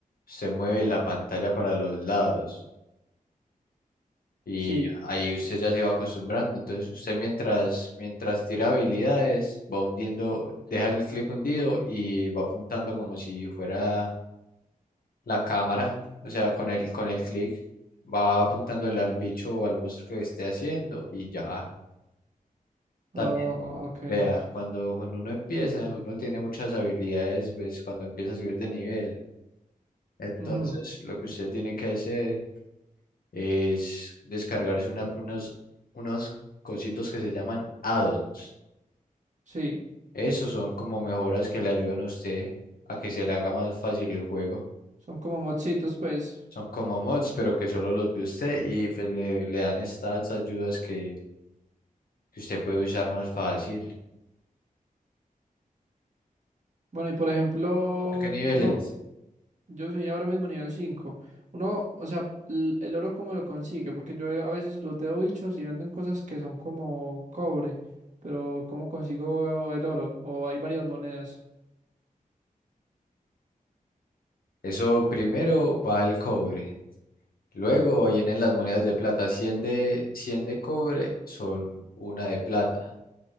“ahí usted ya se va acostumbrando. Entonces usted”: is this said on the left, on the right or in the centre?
Left